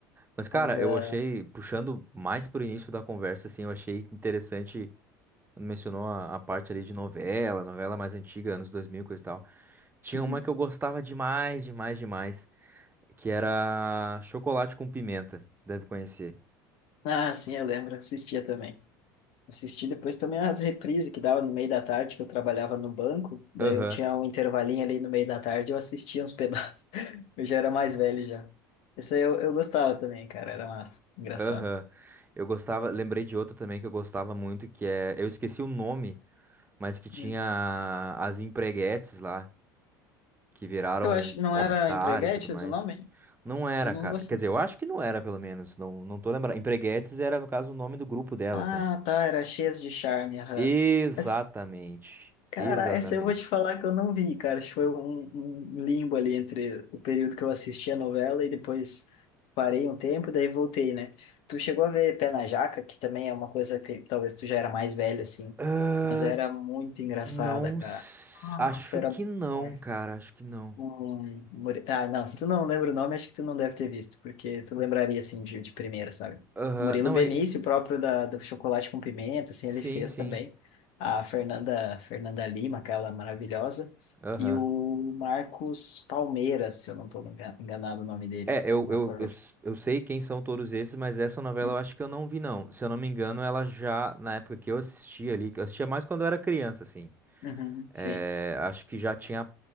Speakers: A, on the right; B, on the left.
A: Mas, cara,
B: Mas, ah,
A: eu achei, puxando mais pro início da conversa, assim, eu achei interessante Quando mencionou a, a parte ali de novela, novela mais antiga, anos 2000, e coisa e tal. Tinha
B: Uhum.
A: uma que eu gostava demais, demais, demais, que era Chocolate com Pimenta, deve conhecer.
B: ah, sim, eu lembro, assistia também. Assisti depois também as reprises que dava no meio da tarde, que eu trabalhava no banco. Daí
A: Aham,
B: eu tinha um intervalinho ali no meio da tarde, eu assistia uns pedaços. <laughs> Eu já era mais velho já. Isso aí eu, eu gostava também, cara, era massa, engraçado.
A: aham. Eu gostava, lembrei de outra também que eu gostava muito, que é, eu esqueci o nome, mas que tinha
B: Hum.
A: as empreguetes lá, que viraram
B: Eu acho, não
A: popstar
B: era Empreguetes
A: e tudo mais.
B: o nome?
A: Não era,
B: Eu não
A: cara.
B: gosto.
A: Quer dizer, eu acho que não era, pelo menos. Não, não tô lembrando. Empreguetes era, no caso, o nome do grupo delas,
B: Ah,
A: né?
B: tá, era cheias de charme, aham.
A: Exatamente.
B: Essa- Cara,
A: Exatamente.
B: essa eu vou te falar que eu não vi, cara. Acho que foi um, um limbo ali entre o período que eu assisti a novela e depois parei um tempo, daí voltei, né? Tu chegou a ver Pé na Jaca, que também é uma coisa que talvez tu já era mais velho, assim,
A: Ah,
B: mas era muito engraçada,
A: não.
B: cara.
A: s-
B: Nossa,
A: Acho
B: era
A: que
B: bom
A: não,
B: demais.
A: cara. Acho que não.
B: Um... Muri- Ah, não, se tu não lembra o nome, acho que tu não deve ter visto, porque tu lembraria, assim, de, de primeira, sabe?
A: Aham.
B: Murilo
A: Não,
B: Benício,
A: é.
B: o próprio da, do Chocolate com Pimenta, assim,
A: Sim,
B: ele fez
A: sim.
B: também. A Fernanda, Fernanda Lima, aquela maravilhosa.
A: Aham.
B: E o Marcos Palmeiras, se eu não estou enganado o nome dele,
A: É, eu,
B: um
A: eu,
B: ator.
A: eu, s- eu sei quem são todos esses, mas essa novela
B: Uhum,
A: eu acho que eu não vi, não. Se eu não me engano, ela já, na época que eu assistia ali, que eu assistia mais quando eu era criança, assim.
B: uhum,
A: É,
B: sim.
A: acho que já tinha